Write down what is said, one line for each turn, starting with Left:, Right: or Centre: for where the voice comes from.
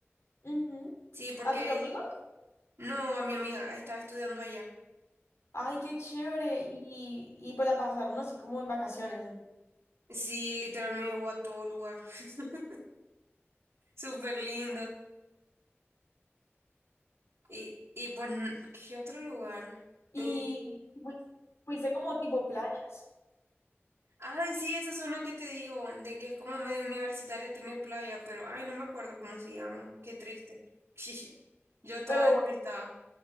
Left: Ujú.
Right: Sí, porque
Left: ¿A tus amigos?
Right: no, a mi amiga estaba estudiando allá.
Left: Ay, qué chévere. Y, y pues la pasaron así como en vacaciones.
Right: Sí, literal me llevó a todo lugar. <laughs> Súper lindo. Y, y pues, n- ¿qué otro lugar?
Left: Y
Right: Eh,
Left: fui- fuiste como tipo playas,
Right: ay, sí, esa zona que te digo, de que es como medio universitaria, tiene playa, pero ay, no me acuerdo cómo se llama. Qué triste. <laughs> Yo toda
Left: pero
Right: despistada.
Left: bueno,